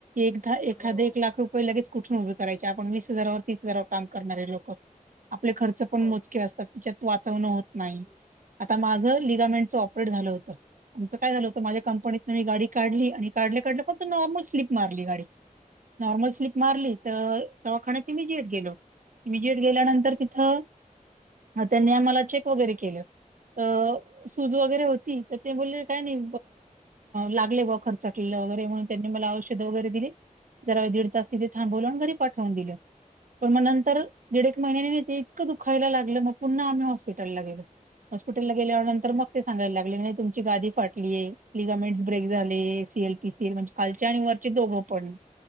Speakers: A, on the right; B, on the right.
A: एकदा एखादा
B: हो,
A: एक लाख रुपये लगेच कुठून उभे करायचे आपण वीस हजार व तीस हजारवर काम करणारे लो आपले खर्च पण
B: हो.
A: मोजके असतात तिच्यात वाचवणं नाही
B: हं.
A: आता माझं लिगामेंटचं ऑपरेट झालं होतं. आमचं काय झालं होत माझ्या कंपनीतन मी गाडी काढली आणि काढले काढलं फक्त नॉर्मल स्लीप मारली गाडी, नॉर्मल स्लीप मारली.
B: हं. हां.
A: तर दवाखान्यात
B: हां.
A: मी जेट गेलो. इमिजिएट गेल्यानंतर तिथं त्यांनी आम्हाला चेक वगैरे केलं. अ सुूद वगैरे होती तर ते बोलले काय नाही लागले ब खर्च- रे म्हणून त्यांनी मला औषधे वगैरे दिली, जरा तिथे थांबून घरी पाठवून दिलं, पण मग नंतर दीड एक महिन्या नाहीेते इतकं दुखायला लागलं मग पुन्हा आम्ही हॉस्पिटलला गेलो. हॉस्पिटलला गेल्यावरनंतर
B: हं.
A: मग ते सांगायला लागले नाही तुमची गादी फाटली आहे. लिगामेंट्स ब्रेक झाले सीएल पीसील म्हणजे कालचे आणि वरचे दोघ पण.